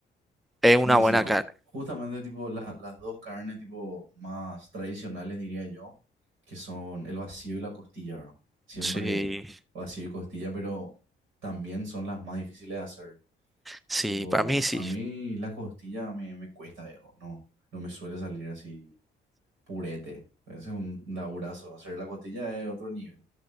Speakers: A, in the centre; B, on the right.
A: es una
B: No, y
A: buena
B: sí, ju-
A: carne.
B: justamente tipo la- las dos carnes tipo más tradicionales diría yo, que son el vacío y la costilla, ¿verdad? Siempre
A: Sí,
B: vacío y costilla, pero también son las más difíciles de hacer.
A: sí,
B: Tipo,
A: para mí sí.
B: a mí la costilla me, me cuesta, viejo, no, no me suele salir así purete. Ese es un laburazo, hacer la costilla es otro nivel.